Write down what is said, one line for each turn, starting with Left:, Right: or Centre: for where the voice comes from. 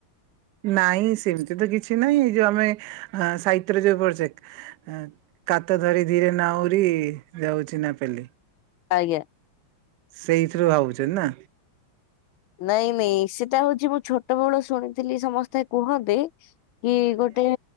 Right: ନାଇଁ ସେମିତି ତ କିଛି ନହିଁ ଏଇ ଯୋଉ ଆମେ ଆଁ ସାହିତ୍ୟ ରେ ଯୋଉ ପଢ଼ିଚେ। ଆଁ କାତ ଧରି ଧୀରେ ନାଉରି ଯାଉଛି ନା ପେଲି।
Left: ଆଜ୍ଞା।
Right: ସେଇଥିରୁ ଭାବୁଛନ୍ତି ନା।
Left: ନାଇଁ, ନାଇଁ ସେଟା ହଉଛି ମୁଁ ଛୋଟ ବେଳୁ ଶୁଣିଥିଲି ସମସ୍ତେ କୁହନ୍ତି। କି ଗୋଟେ।